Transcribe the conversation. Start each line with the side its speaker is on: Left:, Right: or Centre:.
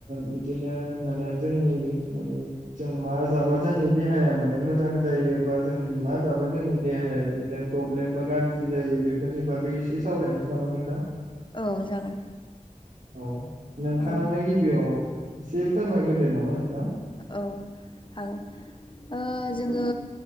Right: बिदिनो माने जोंनि माने जों मा जाबा जोंनि देहाया माने मोजां जायो जों मा जाबा जोंनि देहाया बिदिनो प्रब्लेम बा गाज्रि जायो बेफोरनि बागै एसे सावराय निसै नामा नोंथां?
Left: औ जागोन।
Right: औ नोंथाङानो
Left: औ
Right: गिबियाव एसे फोरमायग्रोदो नामा नों
Left: औ हागोन ओ जोङो